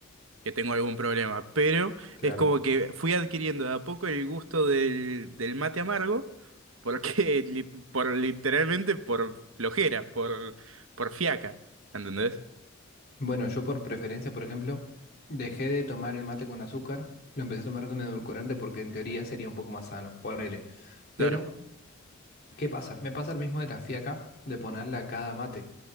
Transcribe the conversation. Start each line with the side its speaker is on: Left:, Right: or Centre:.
Right: que tengo algún problema, pero
Left: Claro.
Right: es como que fui adquiriendo de a poco el gusto del, del mate amargo, porque <laughs> li- por literalmente por flojera, por, por fiaca, ¿entendés?
Left: Bueno, yo por preferencia, por ejemplo, dejé de tomar el mate con azúcar, lo empecé a tomar con edulcorante porque en teoría sería un poco más sano, ponele.
Right: Claro,
Left: Pero, ¿qué pasa? Me pasa el mismo de la fiaca, de ponerle a cada mate,